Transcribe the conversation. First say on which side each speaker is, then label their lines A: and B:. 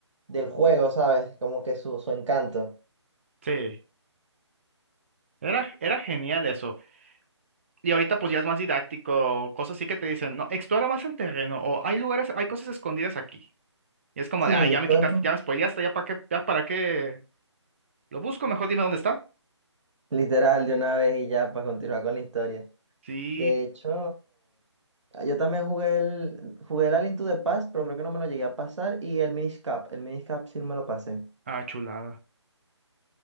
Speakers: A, on the right (about 75°); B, on the right (about 25°).
A: del juego, ¿sabes? Como que su, su encanto.
B: Sí, era, era genial eso. Y ahorita pues ya es más didáctico, cosas así que te dicen, no, explora más el terreno o hay lugares, hay cosas escondidas aquí. Y es como,
A: Sí,
B: de, ah, ya me
A: todo
B: quitaste,
A: eso
B: ya me spoileaste, ya para qué, ya para qué lo busco, mejor dime dónde está.
A: literal de una vez y ya para continuar con la historia.
B: Sí,
A: De hecho, ah, yo también jugué el, jugué el Alien to the Past, pero creo que no me lo llegué a pasar, y el Minish Cap, el Minish Cap sí me lo pasé.
B: ah, chulada.